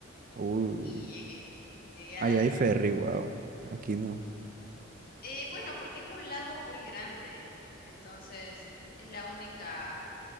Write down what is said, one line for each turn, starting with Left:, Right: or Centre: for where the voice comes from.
Right: Uy,
Left: Y llegué, llegué
Right: allá
Left: a la isla
Right: hay ferry, wow. Aquí no.
Left: Eh, bueno, porque es un lago muy grande, entonces es la única